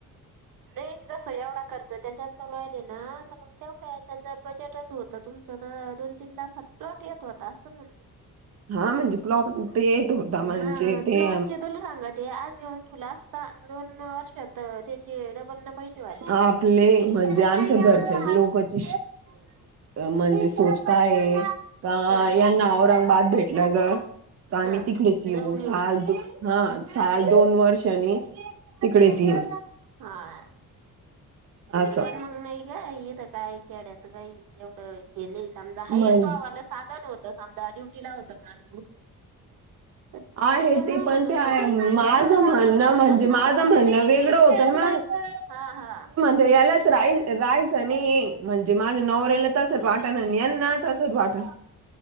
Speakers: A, on the right (about 75°); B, on the right (about 45°).
A: नाही. जस एवढा खर्च त्याच्यात तर राहिले ना मग त्यामुळे जर बजेटच होतं तुमचं तर दोन तीन लाखात प्लॉट येत होता असं म्हणत होत.
B: हा म्हणजे प्लॉप येत होता म्हणजे
A: हा
B: ते
A: प्लॉटचे तुला सांगा ते आज येऊन तुला असता दोन वर्षात त्याचे डबलना पैसे वाढले.
B: आपले म्हणजे आमच्या घरच्या लोकची म्हणजे सोच का आहे. अ
A: ह
B: यांना औरंगाबाद भेटलं जर, तर आम्ही
A: हा
B: तिकडेच येऊ.
A: जाऊन
B: <inaudible>
A: येऊन
B: हा, साल दोन वर्षांनी तिकडेच येऊ.
A: हा.
B: असं
A: पण मग नाही ग, इथं काय खेड्यात काई एवढं हे नाही समजा, हाय
B: म्हणजे
A: तुहावल साधन होतं. समजा ड्युटी ला होत माणूस. अ
B: आहे
A: त्याच्यामुळ
B: ते पण
A: म्हणत
B: ते आहे
A: होते,
B: माझं
A: इथ बी
B: म्हणणं
A: घर होतच
B: म्हणजे माझं
A: ना ग
B: म्हणणं वेगळं होतं ना मग
A: हा-हा
B: <inaudible> यालाच राई राईस आणि म्हणजे माझं नवरऱ्याला तसंच वाटान आणि यांना तसंच वाटान.